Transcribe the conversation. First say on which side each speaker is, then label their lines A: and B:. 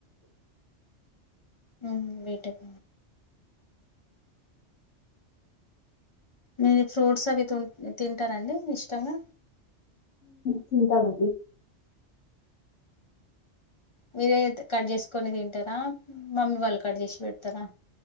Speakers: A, on the left; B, on the left.
A: ఉ వీటుక మీరు ఫ్రూట్స్ అవి తి తింటారంండి ఇష్టంగా
B: తింటమ్ అం డి
A: మీరే కట్ చేసుకని తింటారా మమ్మీ వాళ్ళు కట్ చేసి పెడతారా